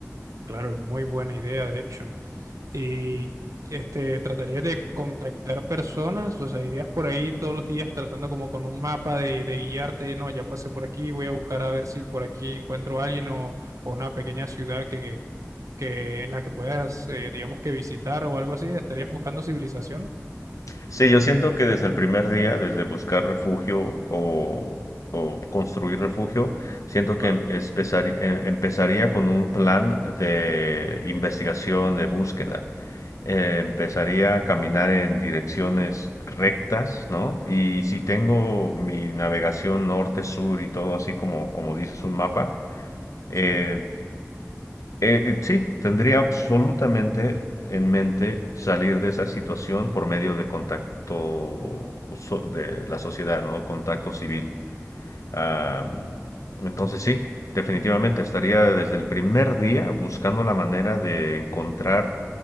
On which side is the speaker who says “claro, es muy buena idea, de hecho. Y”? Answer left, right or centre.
Right